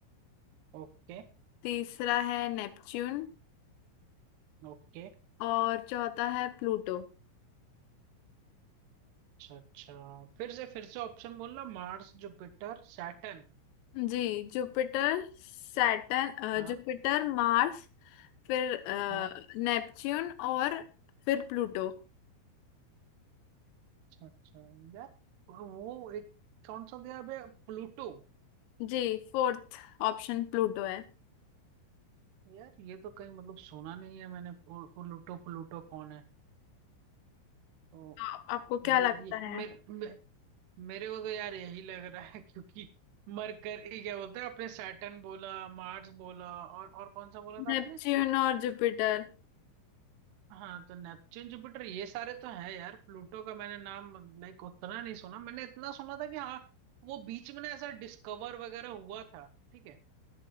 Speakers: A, on the right; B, on the left.
A: ओके
B: तीसरा है नेपच्यून
A: ओके
B: और चौथा है प्लूटो
A: अच्छा अच्छा फिर से फिर से ऑप्शन बोलना Mars Jupiter Saturn
B: जी Jupiter Saturn
A: हाँ
B: Jupiter Mars फिर
A: हाँ
B: नेपच्यून और फिर प्लूटो
A: अच्छा अच्छा यार वो एक कौन सा दिया बे प्लूटो
B: जी फोर्थ ऑप्शन प्लूटो है
A: यार ये तो कहीं मतलब सुना नहीं है मैंने प्लू- प्लूटो प्लूटो कौन है तो
B: आ- आपको
A: ये
B: क्या लगता
A: ये
B: है
A: मेरे मे, मेरे को तो यार यही लग रहा है क्योंकि मरकर ये क्या बोलते हैं आपने सैटर्न बोला मार्स बोला और और कौन सा बोला था
B: नेपच्यून
A: आपने
B: और जुपिटर
A: हाँ तो नेपच्यून जुपिटर ये सारे तो हैं यार प्लूटो का मैंने नाम लाइक उतना नहीं सुना मैंने इतना सुना था कि हाँ वो बीच में ना ऐसा डिस्कवर वगैरह हुआ था ठीक है